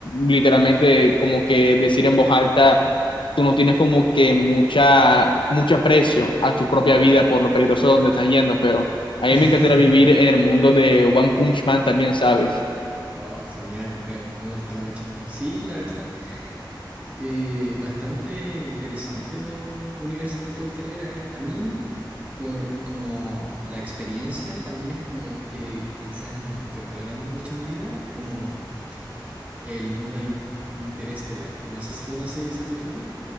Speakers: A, on the left (about 85°); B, on the right (about 15°).
A: literalmente, como que decir en voz alta tú no tienes como que mucha, mucho aprecio a tu propia vida por lo peligroso donde estás yendo, pero a mí
B: <laughs>
A: me encantaría vivir en el mundo de One Punch Man también, ¿sabes?
B: Oh, genial, me, me gusta mucho. Sí, la verdad, eh, bastante interesante los universos que te gustaría ir a, eh. A mí, por como la experiencia, también es como que quizás no estoy valorando mucho mi vida, como el mundo in- interestelar. No sé si conoces esa película.